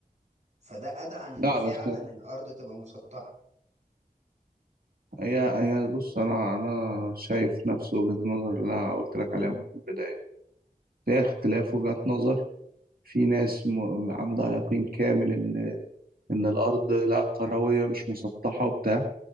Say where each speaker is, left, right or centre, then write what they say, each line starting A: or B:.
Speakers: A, on the right (about 50°); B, on the right (about 75°).
A: فده أدعى إن
B: لا
A: فعلا
B: بس
A: الأرض تبقى مسطحة
B: هي هي بص انا انا شايف نفس وجهة النظر اللي انا قلت لك عليها من البداية هي اختلاف وجهات نظر في ناس م- عندها يقين كامل ان ان الارض لا كروية مش مسطحة وبتاع